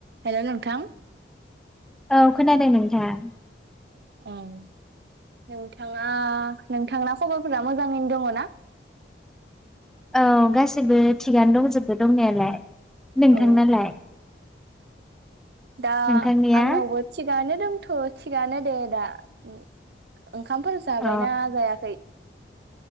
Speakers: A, on the right; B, in the centre.
A: Hello नोंथां
B: औ खोनादों नोंथां
A: ओं नोंथाङा नोंथांना सबरफोरा मोजाङैनो दङना
B: औ गासैबो थिगानो दंजोबो दंनायालाय नोंथांनालाय
A: औ दा
B: नोंथांनिया
A: आंनावबो थिगानो दंथ थिगानो दे दा ओं ओंखामफोर जाबायना
B: अ
A: जायाखै